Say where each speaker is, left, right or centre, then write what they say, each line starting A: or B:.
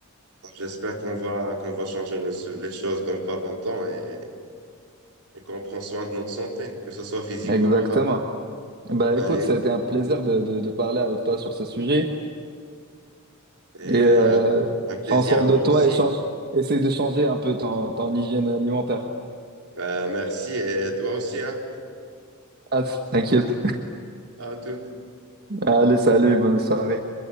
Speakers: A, on the right; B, on the right.
A: J'espère qu'on va, qu'on va changer le- les choses dans pas longtemps et, et qu'on prend soin de notre santé, que ce soit physique
B: Exactement.
A: ou morale.
B: Bah,
A: Ouais.
B: écoute, c'était un plaisir de, de, de parler avec toi sur ce sujet
A: Et
B: et euh,
A: un, un plaisir
B: prends soin
A: à
B: de
A: moi
B: toi
A: aussi.
B: et change, essaie de changer un peu ton, ton hygiène alimentaire.
A: Ben, merci et toi aussi, hein.
B: Ah, t'inquiète.
A: À tout.
B: Allez, salut, bonne soirée.